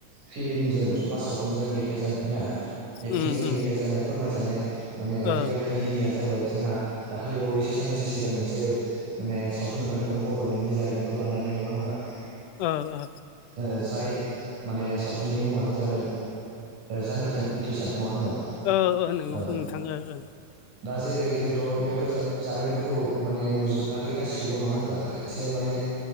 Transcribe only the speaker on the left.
उम उम
ओ
ओ ओ।
ओ ओ नोंगौ
नोंथां ओ